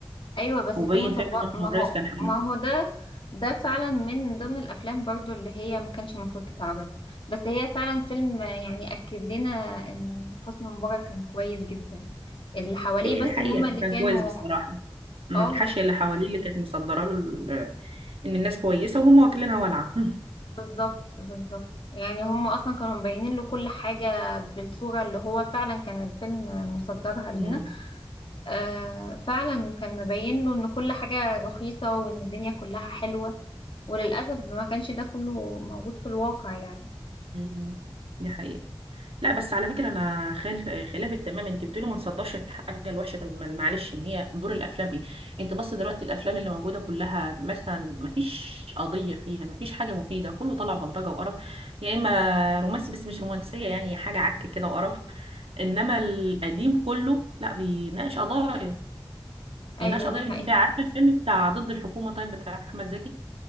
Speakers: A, on the left; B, on the right.
A: ايوه بس
B: وبين
A: فيلم طباخ
B: فعلا ان
A: ما
B: الريس
A: هو
B: كان حلو
A: ما هو ده ده فعلا من ضمن الافلام برضو اللي هي ما كانش المفروض تتعرض بس هي فعلا فيلم يعني اكد لنا ان حسني مبارك كان كويس جدا اللي حواليه
B: هي
A: بس
B: دي حقيقه
A: هما اللي
B: كان
A: كانوا
B: كويس بصراحه أمم،
A: اه
B: الحاشيه اللي حواليه اللي كانت مصدره له ال- ان الناس كويسه وهم واكلينها ولعه <laughs>
A: بالظبط بالظبط يعني هما اصلا كانوا مبينين له كل حاجة بالصورة اللي هو فعلا كان الفيلم مصدرها لينا
B: أمم،
A: آه فعلا كان مبين له ان كل حاجة رخيصة وان الدنيا كلها حلوة وللأسف ما كانش ده كله موجود في الواقع يعني
B: أمم، دي حقيقه لا بس على فكره انا خالف خلافك تمام انت بتقولي ما نصدرش الحاجه الوحشه طب ما- معلش ما هي دور الافلام ايه انت بص دلوقتي الافلام اللي موجوده كلها مثلا ما فيش قضيه فيها ما فيش حاجه مفيده كله طالع بلطجه وقرف يا اما رومانسي بس مش رومانسيه يعني حاجه عك كده وقرف انما القديم كله لا بيناقش قضايا بيناقش
A: أيوة
B: قضايا
A: دي حقيقة
B: انت فا- عارفه الفيلم بتاع ضد الحكومه طيب بتاع احمد زكي